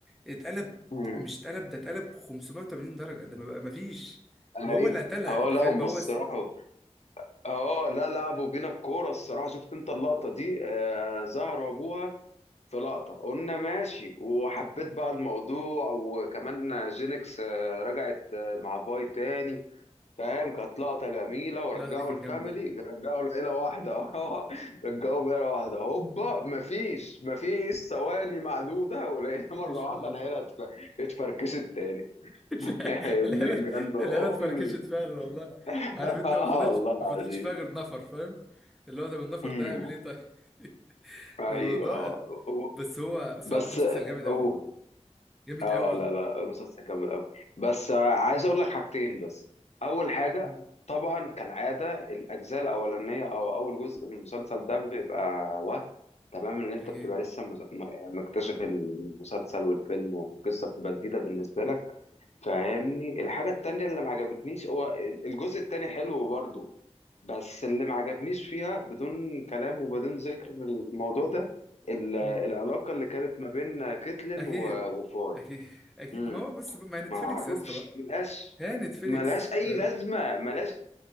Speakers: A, in the centre; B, on the left (about 70°).
A: اتقلب
B: امم
A: مش اتقلب ده اتقلب 580 درجه ده ما بقى- ما فيش
B: ايوه
A: وهو اللي قتلها
B: اه
A: تخيل
B: لا هم
A: بقى
B: الصراحه
A: هو الس-
B: اه لا لعبوا بينا الكوره الصراحه شفت انت اللقطه دي آه زهروا ابوها في لقطه قلنا ماشي وحبيت بقى الموضوع وكمان جينكس آه رجعت آه مع فاي تاني فاهم كانت لقطه جميله ورجعوا
A: اللقطه دي كانت
B: الفاميلي
A: جامده
B: رجعوا العيله واحده <laughs> اه رجعوا عيله واحده هوبا مفيش مفيش ثواني معدوده ولقينا مره
A: مفيش
B: واحده
A: والله
B: العيله اتف- اتفركشت تاني
A: <laughs>
B: <laughs> فاهمني
A: العيله
B: جنوا
A: العيله اتفركشت
B: امي
A: فعلا والله
B: <laughs>
A: عارف انت
B: اه
A: ما فضلتش
B: والله العظيم
A: ما فضلتش فيها غير نفر فاهم اللي هو طب النفر
B: امم
A: ده هيعمل ايه طيب <laughs>
B: ايوه
A: الموضوع
B: اه و-
A: بس هو بس
B: بس
A: هو عامة مسلسل جامد
B: قول
A: قوي جامد
B: اه
A: قوي
B: لا لا المسلسل جامد قوي بس آه، عايز اقول لك حاجتين بس اول حاجه
A: مم.
B: طبعا كالعاده الاجزاء الاولانيه او اول جزء من المسلسل ده بيبقى وهم تمام ان انت
A: اكيد
B: بتبقى لسه مز- م- مكتشف المسلسل والفيلم والقصه بتبقى جديده بالنسبه لك فاهمني الحاجه التانيه اللي ما عجبتنيش هو الجزء التاني حلو برضه بس اللي ما عجبنيش فيها بدون كلام وبدون ذكر الموضوع ده ال- العلاقة
A: مم.
B: اللي كانت ما بين كيتلين
A: اكيد
B: و- وفاي
A: اكيد اكيد
B: امم
A: ما هو بس ما نتفليكس
B: ما اعرفش
A: يا اسطى بقى
B: ملهاش
A: هي نتفليكس
B: ملهاش اي
A: فاهم
B: لازمة ملهاش